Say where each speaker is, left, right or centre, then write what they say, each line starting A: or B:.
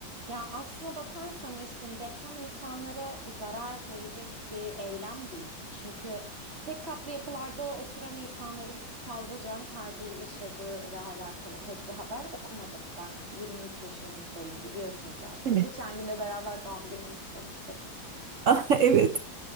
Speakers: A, on the right; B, on the right.
A: Ya aslına bakarsan Esin deprem insanlara zarar verecek bir eylem değil. Çünkü tek katlı yapılarda oturan insanların çok fazla can kaybı yaşadığıyla alakalı pek bir haber okumadım. Ben 23 yaşındayım biliyorsun zaten.
B: Evet.
A: <laughs> Geçen gün de beraber doğum günümü kutlamıştık.
B: <laughs>
A: Yani
B: Evet,